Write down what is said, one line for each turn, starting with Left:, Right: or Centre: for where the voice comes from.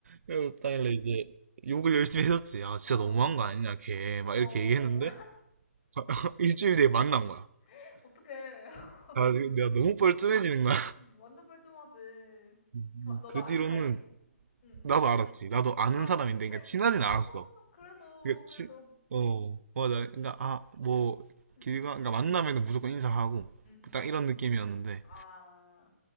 Right: 그래서 다일러 이제 욕을 열심히 해줬지. 아, 진짜
Left: 어.
Right: 너무한 거 아니냐, 걔. 막
Left: 어.
Right: 이렇게 얘기했는데, <laughs> 일주일 뒤에 만난 거야.
Left: <laughs> 어떡해. <laughs>
Right: 아, 내가 너무 뻘쭘해지는 거야.
Left: 음, 완전 뻘쭘하지.
Right: <laughs>
Left: 아, 너도
Right: 그
Left: 아는
Right: 뒤로는
Left: 사이? 응. 응.
Right: 나도 알았지. 나도 아는
Left: 아
Right: 사람인데,
Left: 진.
Right: 그러니까 친하진
Left: 아
Right: 않았어.
Left: 그래도
Right: 그러니까
Left: 그래도.
Right: 치, 어, 맞아. 그러니까, 아, 뭐,
Left: 음.
Right: 길가, 그러니까 만나면 무조건 인사하고,
Left: 음. 음.
Right: 딱
Left: 음.
Right: 이런 느낌이었는데,
Left: 아.